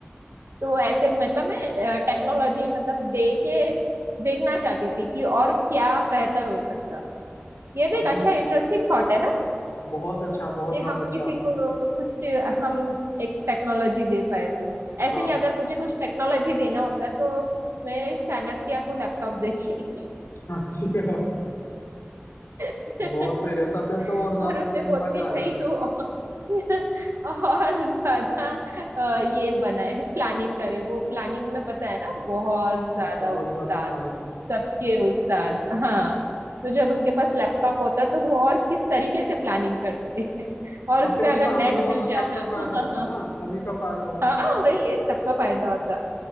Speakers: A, on the right; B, on the left.
A: तो ऐसे मतलब मैं टेक्नोलॉजी मतलब दे के देखना चाहती थी कि और क्या बेहतर हो सकता ये भी
B: अच्छा
A: एक अच्छा इंटरेस्टिंग थॉट है ना
B: बहुत अच्छा बहुत
A: कि
B: ज्यादा
A: हम
B: अच्छा
A: किसी को कुछ हम एक टेक्नोलॉजी दे पाए तो ऐसे
B: हाँ
A: ही अगर मुझे कुछ टेक्नोलॉजी देना होता तो मैं चाणक्य को लैपटॉप देती
B: अच्छी है,
A: <laughs>
B: बहुत सही रहता फिर तो और ज्यादा
A: और उसे
B: मतलब
A: बोलती
B: मजा आ
A: भाई
B: जाते
A: तू और <laughs> और ज्यादा अ, ये बनाए प्लानिंग करे वो प्लानिंग में पता है ना बहुत ज्यादा
B: बहुत
A: उस्ताद
B: ज्यादा माहिर
A: सबके उस्ताद हाँ तो जब उनके पास लैपटॉप होता तो वो और किस तरीके से प्लानिंग करते <laughs> और
B: और
A: उस
B: फिर
A: पे
B: उससे
A: अगर
B: हम
A: नेट
B: लोगों
A: मिल
B: का
A: जाता
B: सबका फायदा होता ना
A: <laughs>
B: सभी का फायदा होता
A: हाँ
B: फिर
A: वही है सबका फायदा होता